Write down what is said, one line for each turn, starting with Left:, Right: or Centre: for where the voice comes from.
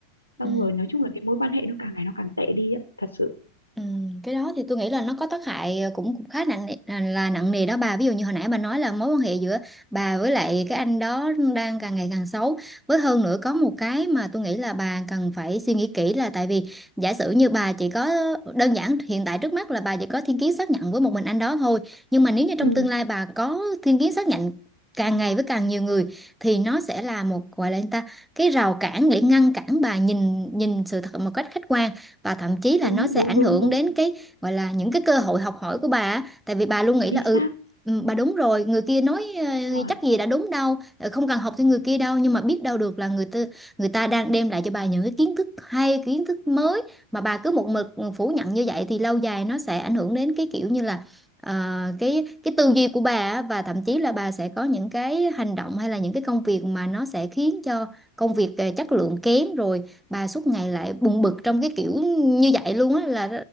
Left: xong
Centre: ừ
Left: rồi nói chung là cái mối quan hệ nó càng ngày nó càng tệ đi á thật sự
Centre: Ừ, cái đó thì tôi nghĩ là nó có tác hại ờ, cũng cũng khá nặng nề- là, là nặng nề đó bà ví dụ như hồi nãy bà nói là mối quan hệ giữa bà với lại cái anh đó đang càng ngày càng xấu với hơn nữa có một cái mà tôi nghĩ là bà cần phải suy nghĩ kỹ là tại vì giả sử như bà chỉ có đơn giản hiện tại trước mắt là bà chỉ có thiên kiến xác nhận với một mình anh đó thôi nhưng mà nếu như trong
Left: ừ
Centre: tương lai bà có thiên kiến xác nhận càng ngày với càng nhiều người thì nó sẽ là một gọi là người ta cái rào cản để ngăn cản bà nhìn nhìn sự thật một cách khách quan và thậm chí là
Left: đúng
Centre: nó sẽ
Left: đúng
Centre: ảnh
Left: đúng
Centre: hưởng
Left: đúng
Centre: đến cái gọi là những cái cơ hội học hỏi của bà á. tại vì bà luôn nghĩ
Left: chính
Centre: là ừ
Left: xác
Centre: ừ, bà đúng rồi người kia nói
Left: đúng
Centre: ờ,
Left: rồi
Centre: chắc gì đã đúng đâu ờ, không cần học theo người kia đâu nhưng mà biết đâu được là người ta người ta đang đem lại cho bà những cái kiến thức hay kiến thức mới mà bà cứ một mực ừ, phủ nhận như vậy thì lâu dài nó sẽ ảnh hưởng đến cái kiểu như là ờ, cái cái tư duy của bà á, và thậm chí là bà sẽ có những cái hành động hay là những cái công việc mà nó sẽ khiến cho công việc ờ, chất lượng kém rồi bà suốt ngày lại buồn bực trong cái kiểu như vậy luôn á là